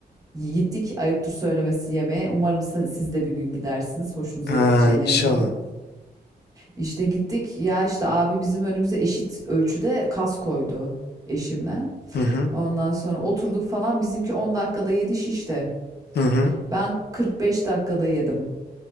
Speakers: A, on the right (about 20°); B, on the left (about 85°).
A: gittik ayıptır söylemesi yemeğe. Umarım se- siz de bir gün gidersiniz. Hoşunuza
B: Ha,
A: gideceğine
B: inşallah.
A: eminim. İşte gittik. Ya işte abi bizim önümüze eşit ölçüde kas koydu eşimle.
B: Hı hı.
A: Ondan sonra oturduk falan. Bizimki 10 dakikada yedi şişte.
B: Hı hı.
A: Ben 45 dakikada yedim.